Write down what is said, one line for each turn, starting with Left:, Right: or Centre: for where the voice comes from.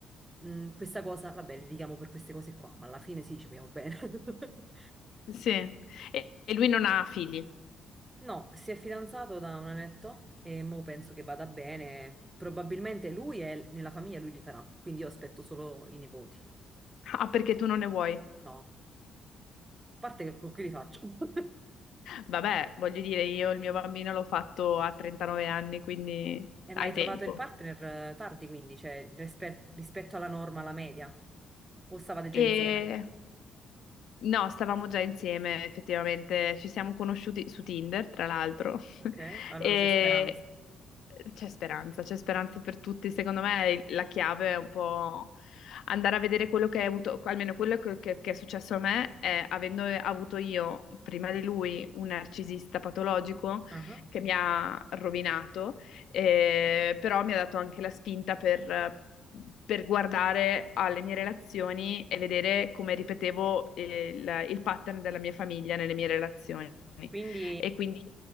Right: mh, questa cosa, vabbè, litighiamo per queste cose qua, ma alla fine sì, ci vogliamo bene. <laughs>
Left: Sì. E, e lui non ha figli.
Right: No, si è fidanzato da un annetto e mo penso che vada bene. Probabilmente lui è nella famiglia, lui li farà, quindi io aspetto solo i nipoti.
Left: Ah, perché tu non ne vuoi.
Right: No, a parte che con chi li faccio? <laughs>
Left: Vabbè, voglio dire, io il mio bambino l'ho fatto a 39 anni, quindi
Right: E
Left: hai
Right: mai trovato
Left: tempo.
Right: il partner eh, tardi, quindi, cioè rispe- rispetto alla norma, alla media? O stavate già
Left: E
Right: insieme?
Left: No, stavamo già insieme, effettivamente, ci siamo conosciuti su Tinder, tra l'altro, <laughs>
Right: Ok, allora
Left: e
Right: c'è speranza.
Left: c'è speranza, c'è speranza per tutti. Secondo me la chiave è un po' andare a vedere quello che hai avuto, almeno quello che, che- che è successo a me, è avendo avuto io, prima di lui, un narcisista patologico
Right: Ah.
Left: che mi ha rovinato, eh, però mi ha dato anche la spinta per per guardare alle mie relazioni e vedere come ripetevo eh, il, il pattern della mia famiglia nelle mie relazioni.
Right: Quindi
Left: E quindi,